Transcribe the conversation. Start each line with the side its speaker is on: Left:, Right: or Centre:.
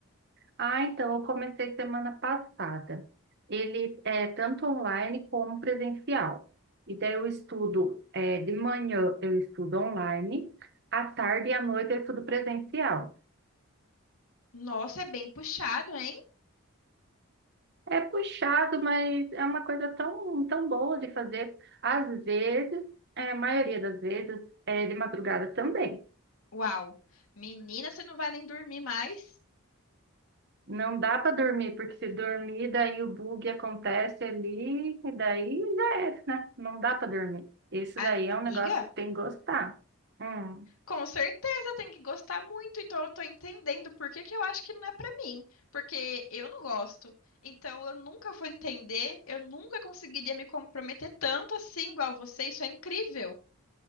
Right: Ah, então eu comecei semana passada. Ele é tanto online como presencial. E daí eu estudo, é, de manhã eu estudo online, à tarde e à noite eu estudo presencial.
Left: Nossa, é bem puxado, hein?
Right: É puxado, mas é uma coisa tão, tão boa de fazer. Às vezes, é, a maioria das vezes, é de madrugada também.
Left: Uau. Menina, você não vai nem dormir mais?
Right: Não dá para dormir, porque se dormir, daí o bug acontece ali, e daí já é, né? Não dá para dormir. Isso
Left: A-
Right: daí é
Left: amiga?
Right: um negócio que tem que gostar. Hum,
Left: Com certeza tem que gostar muito, então eu tô entendendo por que que eu acho que não é pra mim, porque eu não gosto. Então eu nunca vou entender, eu nunca conseguiria me comprometer tanto assim igual você, isso é incrível.